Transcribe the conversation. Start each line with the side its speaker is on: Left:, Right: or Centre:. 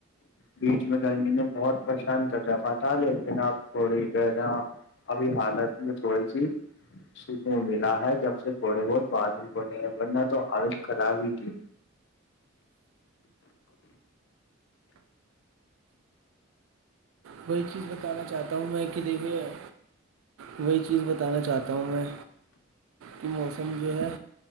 Left: بیچ میں گرمی نے بہت پریشان کر جفا تھا لیکن آپ تھڑییرہ ابھی حالت میں تھوڑی سی سکوں ملا ہے جب سے تھوڑے بہت بادل پڑے ہیں ورنہ تو حالش خراب ہی تھی
Right: کوئی چیز بتانا چاہتا ہوں میں ک د ہوئی ہے وہی چیز بتانا چاہتا ہوں میں کہ موسم جو ہے